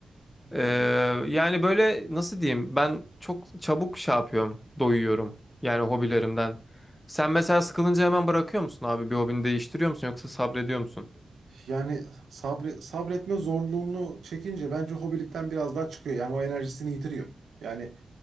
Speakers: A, on the left (about 20°); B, on the right (about 75°).
A: Ee,
B: Yani,
A: yani böyle nasıl diyeyim ben çok çabuk şey yapıyorum doyuyorum yani hobilerimden. Sen mesela sıkılınca hemen bırakıyor musun abi bir hobini değiştiriyor musun yoksa sabrediyor musun?
B: yani sabri, sabretme zorluğunu çekince bence hobilikten biraz daha çıkıyor. Yani o enerjisini yitiriyor. Yani